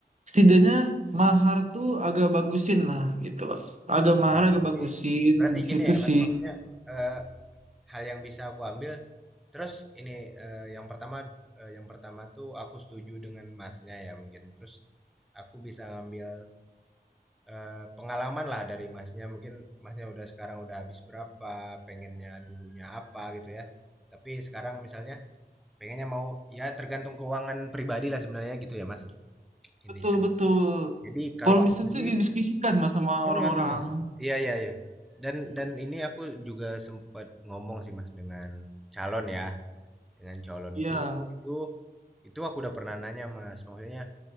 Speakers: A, on the right; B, in the centre.
A: setidaknya mahar tuh agak bagusin lah gitu. loh. Agak mahar
B: Nah,
A: agak
B: berarti
A: bagusin,
B: berarti gini
A: situ
B: ya, Mas,
A: sih.
B: maksudnya eh, hal yang bisa aku ambil terus ini eh, yang pertama eh, yang pertama tuh aku setuju dengan Masnya ya mungkin. Terus aku bisa ngambil eh, pengalaman lah dari Masnya. Mungkin Masnya udah sekarang udah habis berapa, pengennya dulunya apa gitu ya. Tapi sekarang misalnya Pengennya mau ya tergantung keuangan pribadi lah sebenarnya gitu ya Mas, intinya.
A: Betul-betul.
B: Jadi kalau
A: Kalau
B: aku
A: bisa tuh
B: sih
A: didiskusikan mas sama
B: hmm
A: orang-orang.
B: iya iya iya. Dan dan ini aku juga sempat ngomong sih Mas dengan calon ya, dengan calonku
A: Iya,
B: itu itu aku udah pernah nanya Mas, maksudnya,